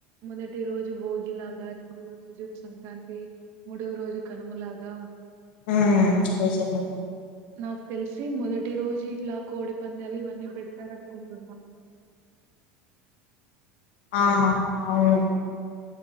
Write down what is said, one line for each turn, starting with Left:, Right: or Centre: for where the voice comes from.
Right: మొదటి రోజు భోగిలాగా రెండవ రోజు సంక్రాంతి మూడవ రోజు కనుమ లాగా
Left: మ్ నిజమే
Right: నాకు తెలిసి మొద ప్రతి రోజు ఇట్లా కోడి పందాలు ఇవన్నీ పెడతారనుకుంటున్నా <inaudible>
Left: ఆ అవును